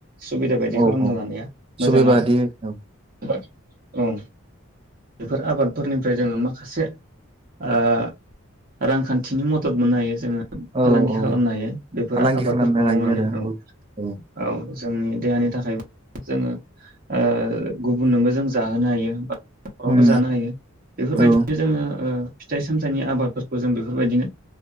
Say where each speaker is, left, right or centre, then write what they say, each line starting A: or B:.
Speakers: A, on the right; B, on the right.
A: सुबिदा बायदि
B: औ
A: खालामना
B: औ
A: लानाया मोजां
B: सुबैबादि
A: आरो।
B: औ
A: बा औ बेफोर आबादफोरनि फ्राय जोङो माखासे ओ रांखान्थिनि मदद मोननो हायो जोङो
B: औ
A: फालांगि
B: औ
A: खालामनो हायो बेफोर
B: फालांगि
A: आबादफोरखौ
B: खालामनो हायो
A: मावनानै
B: आरो
A: औ
B: औ
A: औ। जोंनि देहानि थाखायबो जोङो-् ओ गुबुननोबो जों जाहोनो हायो, बा न'खरावबो
B: उम
A: जानो हायो। बेफोरबायदिनो
B: औ
A: जोङो ओ फिथाइ सामथाइनि आबादफोरखौ जों बेफोरबायदिनो